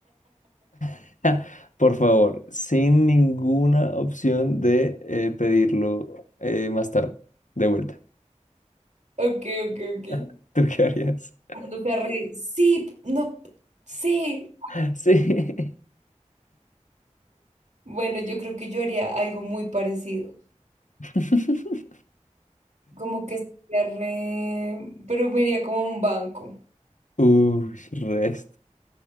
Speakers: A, on the left (about 80°); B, on the right (about 70°).
A: <laughs> Por favor, sin ninguna opción de eh, pedirlo eh, más tarde, de vuelta.
B: Ok, ok, ok.
A: <laughs> ¿Tú qué harías?
B: Cuando te arre- sí, no, sí.
A: <laughs> Sí.
B: Bueno, yo creo que yo haría algo muy parecido.
A: <laughs>
B: Como que sería re... Pero me iría como a un banco.
A: Uy, resto.